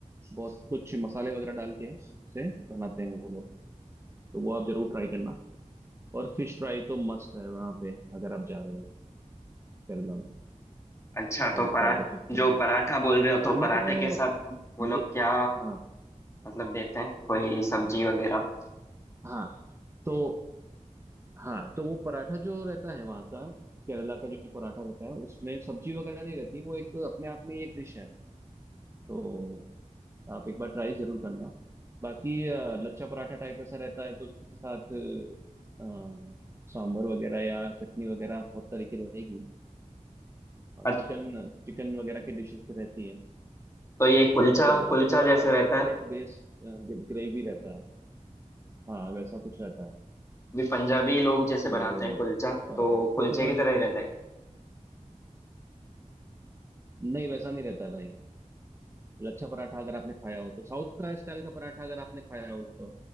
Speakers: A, on the right (about 20°); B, on the left (about 20°).
A: बहुत कुछ मसाले वगैरह डाल के उसे बनाते हैं वो लोग तो वो आप जरूर ट्राई करना और फिश फ्राई तो मस्ट है वहां पे अगर आप जा रहे हो केरला में
B: अच्छा
A: वो
B: तो
A: आप
B: पराठ
A: ट्राई कर सकते हो
B: जो पराठा बोल रहे हो
A: खाने
B: तो पराठे
A: का
B: के साथ
A: दे-
B: वो लोग क्या
A: हाँ
B: मतलब देते हैं कोई सब्जी वगैरह
A: हाँ तो हाँ तो वो पराठा जो रहता है वहाँ का केरला का जो पराठा रहता है उसमें सब्जी वगैरह नहीं रहती वो एक अपने आप में ही एक डिश है तो आप एक बार ट्राई जरूर करना बाकी अ, लच्छा पराठा टाइप ऐसा रहता है तो उसके साथ अ, सांभर वगैरह या चटनी वगैरह बहुत तरीके रहेगी
B: अ-
A: चिकन चिकन वगैरह की डिशेस भी रहती है
B: तो ये कुलचा
A: अ,
B: कुलचा
A: थोड़ा
B: जैसे रहता
A: कोकोनट
B: है
A: बेस्ड ग्रेवी रहता है हाँ वैसा कुछ रहता है
B: भी पंजाबी लोग जैसे
A: तो
B: बनाते हैं कुलचा तो कुलचे
A: कोकोनट
B: की तरह ही रहता है
A: नहीं वैसा नहीं रहता है भाई लच्छा पराठा अगर आपने खाया हो तो साउथ का स्टाइल का पराठा अगर आपने खाया हो तो